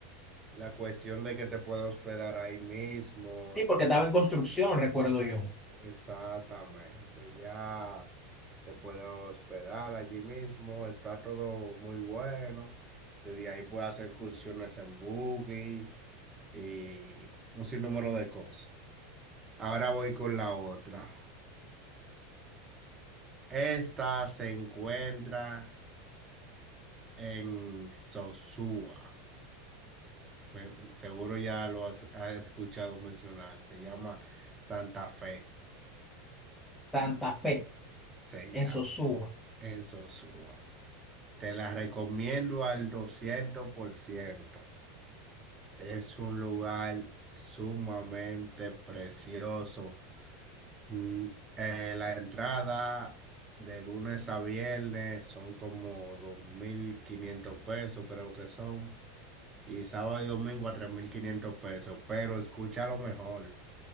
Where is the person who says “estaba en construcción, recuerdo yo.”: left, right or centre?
Centre